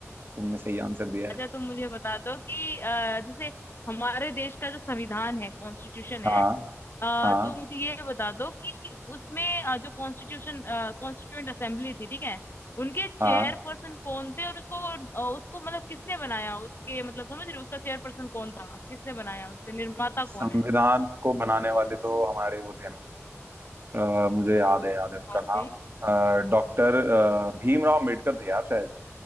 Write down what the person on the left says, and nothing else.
अच्छा
तुम मुझे बता दो कि अ, जैसे हमारे देश का जो संविधान है कॉन्स्टिट्यूशन है
अ,
तो मुझे ये बता दो कि उसमें अ, जो कॉन्स्टिट्यूशन कॉन्स्टिट्यूएंट असेंबली थी ठीक है उनके चेयर
पर्सन कौन थे और उसको अ, उसको मतलब किसने बनाया उसके मतलब समझ रहे हो उसका चेयर पर्सन कौन था किसने बनाया उसके निर्माता
कौन है
कौन
थे